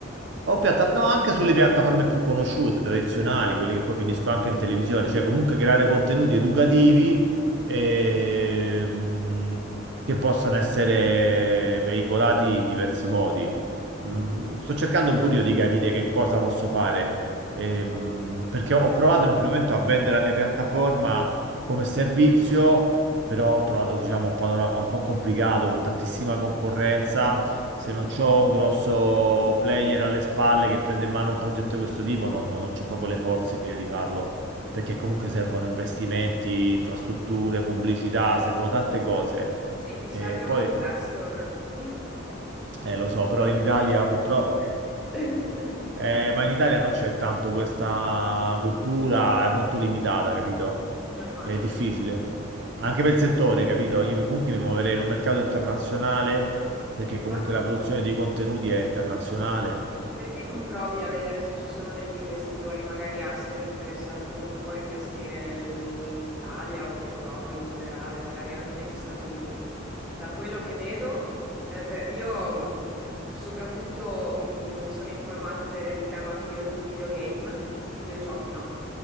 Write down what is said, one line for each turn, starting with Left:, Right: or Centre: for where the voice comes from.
Right: O piatta- no, anche sulle piattaforme più conosciute, tradizionali, quelle che poi finiscono anche in televisione, cioè comunque creare contenuti educativi ehm, che possono essere veicolati in diversi modi. Mm, sto cercando pure io di capire che cosa posso fare, ehm, perché ho ho provato in un primo momento a vendere la mia piattaforma come servizio, però ho trovato, diciamo, un panorama un po' complicato, con tantissima concorrenza se non
Centre: cioè,
Right: c'ho un grosso player alle spalle che prende in mano un progetto di questo tipo, non, non c'ho proprio le forze io di farlo, perché comunque servono investimenti, infrastrutture, pubblicità, servono tante cose.
Centre: Sì, ti serve
Right: E poi,
Centre: un investor, <laughs>
Right: eh, lo so, però
Centre: ti
Right: in
Centre: serve
Right: Italia
Centre: un investitore.
Right: purtroppo,
Centre: <laughs>
Right: eh, ma in Italia non c'è tanto questa cultura, è molto limitata, capito?
Centre: No, immagino.
Right: È difficile. Anche per il settore, capito? Io comunque mi muoverei in un mercato internazionale, perché
Centre: Infatti,
Right: comunque la produzione di contenuti è internazionale.
Centre: perché non provi a vedere se ci sono degli investitori, magari esteri, interessati comunque a investire nell'Italia o in Europa in generale, magari anche negli Stati Uniti? Da quello che vedo, eh, per- io mh, soprattutto mi sono informata per il tema video- videogame, videogiochi, no?